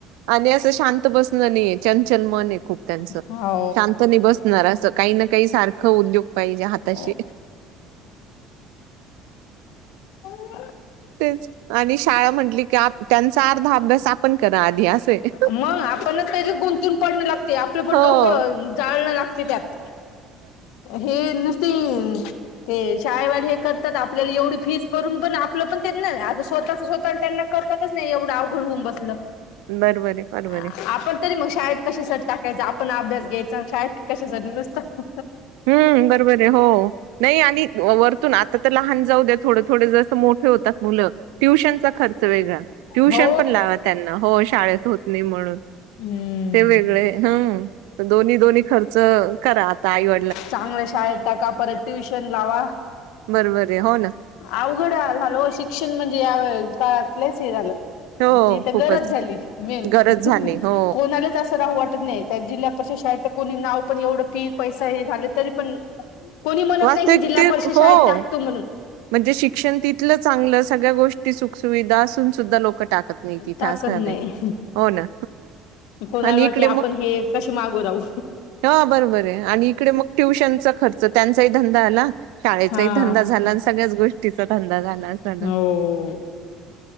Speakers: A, on the right; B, on the left.
A: आणि आस शांत बसण नाही. चंचल मन आहे. खूप त्यांच
B: हो
A: शांत नाही बसणार अस काही ना काही सारख. खाऊन उद्योग पाहिजे हाताशी.
B: अं, हो <unintelligible>
A: तेच आणि शाळा म्हंनली की त्यांचा अर्धा अभ्यास आपण करा आधी असं आहे.
B: मग आपण त्या गुंतून पडणं लागते. आपलं पण
A: हो.
B: डोकं जाळणं लागत. त्यात. हे नुस
A: ह <unintelligible>
B: ते शाळेवाले हे करतात. आपल्याला एवढी फीस भरून पण. आपलं पण आ स्वतःच स्वतः त्यांना करतातच नाही एवढं अवघड होऊन बसलं.
A: बरोबर आहे, बरोबर
B: अ
A: आहे.
B: आपण तरी मग शाळेत कशसाठी टाकायचं आपण अभ्यास घ्यायचा शाेत कशासाठीग नुसतं
A: हम्म बरोबर आहे. हो. नाही आणि वरतून आता तर लहान जाऊ द्या थोडं-थोडं जस मोठ होतात मुलं. ट्युशनचा खर्च वेगळा. ट्युशन
B: हो
A: पण लावा त्यांना हो. शाळेत होत नाही म्हणून.
B: हम्म
A: वेगळं दोन्ही-दोन्ही खर्च करा आता आई वडी
B: चांगलं शाळेत टका परत ट्युशन लावा.
A: बरोबर आहे. हो ना.
B: अवघड झाला ओ. शिक्षण म्हणजे या काळातले लईच हे झालं.
A: हो,
B: ती तर
A: खूपच
B: गरज झाली. मेन.
A: गरज झाली. हो.
B: कोणालाच असं राहू वाट त नाही जिल्हा परिषद शाळेत कोणी नाव पण एवढं फी पैसा हे झालं तरी पण कोणी म्हणत
A: वास्तविक
B: नाही की जिल्हा
A: ते
B: परिषद
A: हो.
B: शाळेत टाकतो म्हणून.
A: म्हणजे शिक्षण तिथलं चांगलं. सगळ्या गोष्टी सुखसुविधा असून सुद्धा लोक टाकत नाही
B: टाकत
A: तास झाले.
B: नाही.
A: हो ना
B: कोणाला
A: आणि
B: वाटते
A: इकडे
B: आपण
A: मग
B: हे कसे मागो राहू
A: हा बरबर आहे. आणि इकडे मग ट्युशनचा खर्च त्यांचाही धंदा आला शाळेचा
B: हा
A: ही. धंदा झाला. आणि सगळ्याच गोष्टीचा धंदा झाला अस ना.
B: हो